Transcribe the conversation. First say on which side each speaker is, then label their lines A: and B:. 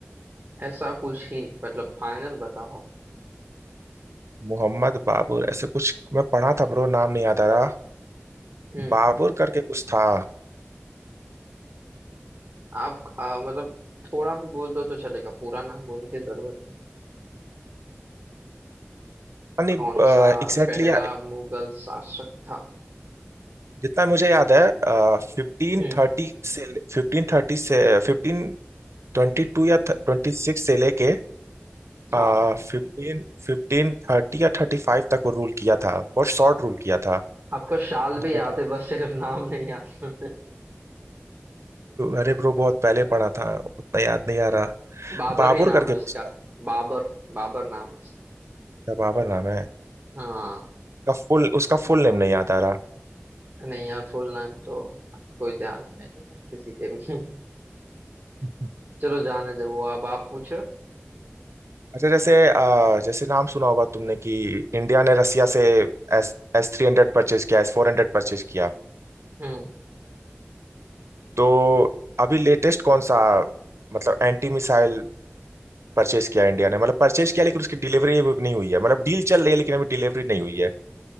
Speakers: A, on the right; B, on the right.
A: ऐसा कुछ ही मतलब फाइनल बताओ आप
B: मोहम्मद बाबुर ऐसे कुछ मैं पढ़ा था ब्रो नाम नहीं याद आ रहा
A: हम्म
B: बाबुर करके कुछ था
A: आप आ, मतलब थोड़ा भी बोल दो तो चलेगा पूरा नाम बोलने की जरूरत नहीं
B: नहीं
A: कौन सा
B: एग्जैक्टली
A: पहला मुगल शासक था
B: जितना मुझे याद है फिफ्टीन
A: हम्म
B: थर्टी से फिफ्टीन थर्टी से फिफ्टीन ट्वेंटी टू या ट्वेंटी सिक्स से लेके
A: हाँ
B: फिफ्टीन फिफ्टीन थर्टी या थर्टी फाइव तक वो रूल किया था बहुत शॉर्ट रूल किया था
A: आपको शाल
B: मेरे
A: भी याद
B: टाइम
A: है बस सिर्फ नाम नहीं याद
B: अरे ब्रो बहुत पहले पढ़ा था उतना याद नहीं आ रहा
A: <laughs> बाबर
B: बाबर
A: ही नाम
B: करके
A: है
B: कुछ
A: उसका
B: था
A: बाबर बाबर नाम है उसका
B: क्या बाबर नाम है
A: हाँ
B: उसका फुल उसका फुल नेम नहीं याद आ रहा
A: नहीं यार फुल नाम तो कोई ध्यान में नहीं है किसी के भी <laughs>
B: <laughs>
A: चलो जाने दो वो अब आप पूछो
B: अच्छा जैसे अ, जैसे नाम सुना होगा तुमने कि इंडिया ने रसिया से S S three hundred purchase किया एस फोर हंड्रेड परचेज किया
A: हम्म
B: तो अभी लेटेस्ट कौन सा मतलब एंटी मिसाइल परचेज किया इंडिया ने मतलब परचेज किया लेकिन उसकी डिलीवरी अभी नहीं हुई है मतलब डील चल रही है लेकिन अभी डिलीवरी नहीं हुई है